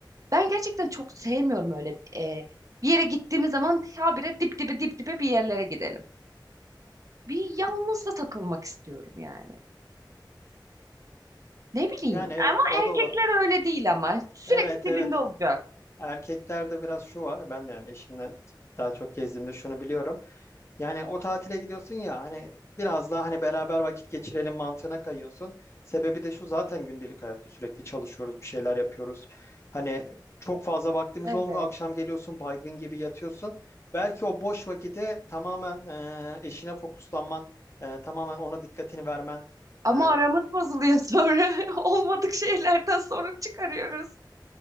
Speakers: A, on the right; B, on the left.
A: ben gerçekten çok sevmiyorum öyle e, bir yere gittiğimiz zaman habire dip dibe dip dibe bir yerlere gidelim. Bir yalnız da takılmak istiyorum yani. Ne bileyim.
B: Yani evet
A: Ama
B: o
A: erkekler
B: da ola.
A: öyle değil ama. Sürekli
B: Evet
A: dibinde
B: evet
A: olacak.
B: Erkeklerde biraz şu var. Ben de yani eşimle daha çok gezdiğimde şunu biliyorum. Yani o tatile gidiyorsun ya hani biraz daha hani beraber vakit geçirelim mantığına kayıyorsun. Sebebi de şu zaten gündelik hayatta sürekli çalışıyoruz, bir şeyler yapıyoruz. Hani çok fazla vaktimiz
A: Evet.
B: olmuyor. Akşam geliyorsun baygın gibi yatıyorsun. Belki o boş vakite tamamen e, eşine fokuslanman, e, tamamen ona dikkatini vermen.
A: Ama
B: e,
A: aramız bozuluyor sonra. <laughs> Olmadık şeylerden sorun çıkarıyoruz.